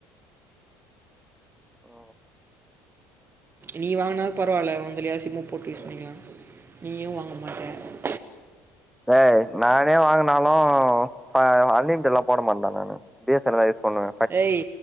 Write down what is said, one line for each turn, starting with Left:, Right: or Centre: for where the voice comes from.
Centre: ஓ
Right: நீ வாங்குனாது பரவால்ல ஒன்துலாயாது சிம்மு போட்டு யூஸ் பண்ணிக்கலா நீயு வாங்க மாட்ட
Centre: டேய் நானே வாங்குனாலு இப்ப அன்லிமிட்டடுலா போட மாட்ட நானு பி எஸ் என் எல் தா யூஸ் பண்ணுவ
Right: ஏய்